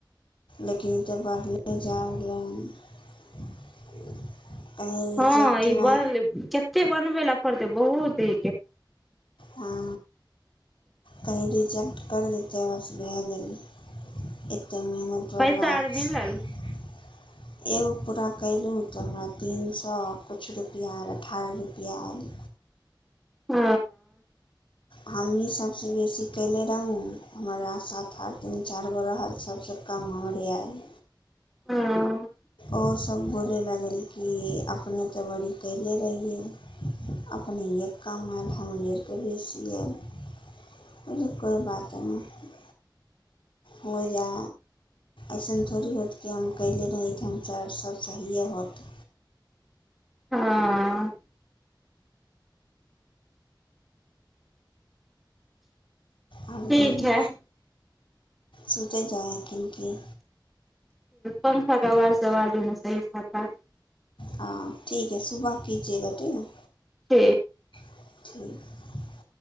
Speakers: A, on the left (about 85°); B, in the centre.
A: लेकिन ई तऽ बढ़लए जा रहलै हन कहीँ रिजेक्टमे
B: हँ ई बनल केतेक बनबै ल पड़तै बहुतै
A: हँ कहीँ रिजेक्ट करि देतै बस भए गेलै एक कतेक मेहनत करबाक
B: पैसा आर मिलल
A: छै। एगो पूरा कयलहुँ तऽ हमरा तीन सए किछु रुपैआ आयल अठारह रुपैआ आयल
B: ह
A: हमही सभसँ बेसी कयले रहूँ हमरा साथ आठ तीन चारि गो रहल सभसँ कम हमरे आयल
B: ह
A: आओर सब ब करै लागल कि अपने तऽ बड़ी कले रहियै अपनेए काम आयल हमरो आरके बेसी आयल अलो कोइ बात नहि हो जा अइसन थोड़ी होत कि हम कले रहहित हम च सब सहिए होत
B: हँ
A: आ
B: ठीक
A: बोलू
B: है
A: सूते जााकिन किी
B: पंखा कवाज अवाजोमे सही खता
A: हँ ठीक है सुबह कीजएगा ठीक है।
B: ठ
A: <inaudible>